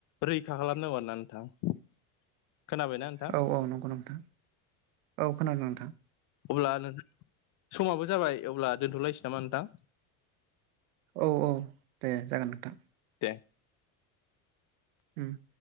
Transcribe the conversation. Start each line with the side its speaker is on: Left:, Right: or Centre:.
Left: रैखा खालामनांगौ आरो ना नोंथां खोनाबायना नोंथां
Right: औ औ नंगौ नोंथां औ खोनादों नोंथां
Left: अब्ला नोंथ समाबो जाबाय अब्ला दोनथ'लायसै नामा नोंथां
Right: औ औ दे जागोन नोंथां
Left: ऐ
Right: ओम